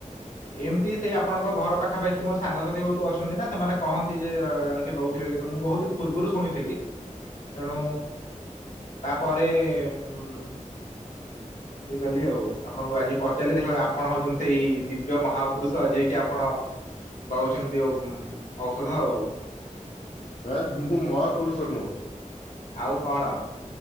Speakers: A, on the left; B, on the left.
A: ଏମିତି ସେଇ ଆପଣଙ୍କ ଘର ପାଖାପାଖି ମୋର ସାଙ୍ଗସାଥି ବହୁତ ଅଛନ୍ତି ନା ସେମାନେ କହନ୍ତି ଯେ ଜଣେ କିଏ ଦଉଥିଲେ ବୋଲି ତମକୁ ମୁଁ ବହୁତ୍ ଦିନି ପୂର୍ବୁରୁ ଶୁଣିଥିଲି ତେଣୁ ତାପରେ ଉଁ ଇଏ କଲି ଆଉ ଆପଣଙ୍କୁ ଆଜି ପ ଆକ୍ଚ୍ୟୁଲି ଦେଖନ୍ତୁ ଆପଣଙ୍କ ହଉଚନ୍ତି ସେଇ ଦିବ୍ୟ ମହାପୁରୁଷ ଯିଏକି ଆପଣ ଦଉଚନ୍ତି ଓମ୍ ଔଷଧ ଆଉ।
B: ଏ ମୁଁ ମହାପୁରୁଷ ନୁଆଁ।
A: ଆଉ କଣ?